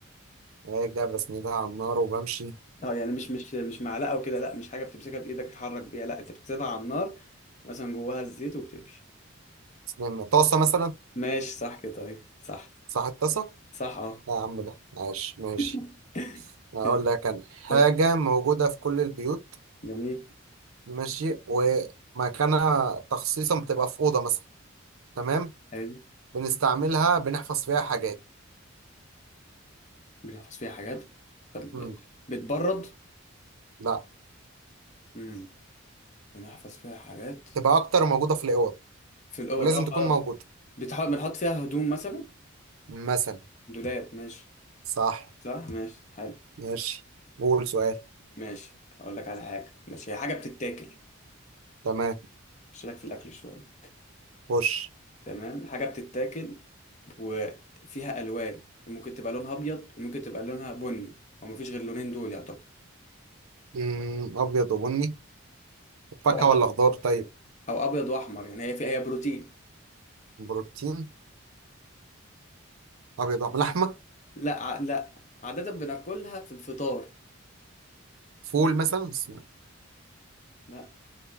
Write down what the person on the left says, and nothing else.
اه يعني مش مش مش معلقه وكده لا مش حاجه بتمسكها بايدك تتحرك بيها لا انت بتسيبها على النار مثلا جواها الزيت وبتمشي
ماشي صح كده طيب صح
صح اه
<laughs>
يلا
بس
جميل
حلو
بنحفظ فيها حاجات طب
بتبرد
امم بنحفظ فيها حاجات
في الاوض
اه
خلاص
بتحاول بنحط فيها هدوم مثلا
دولاب ماشي
صح ماشي حلو
ماشي اقول لك على حاجه ماشي هي حاجه بتتاكل
خش لك في الاكل شويه
تمام حاجه بتتاكل وفيها الوان ممكن تبقى لونها ابيض وممكن تبقى لونها بني او مفيش غير لونين دول يعتبر
او ابيض
او ابيض واحمر يعني هي فيها هي بروتين
لا ع- لا عاده بناكلها في الفطار
لا